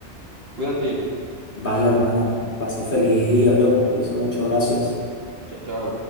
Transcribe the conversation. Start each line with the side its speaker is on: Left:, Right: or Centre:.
Right: Cuídate.
Left: Vale, hermano, pase feliz día yo. Cuídese mucho, gracias.
Right: Chao, chao.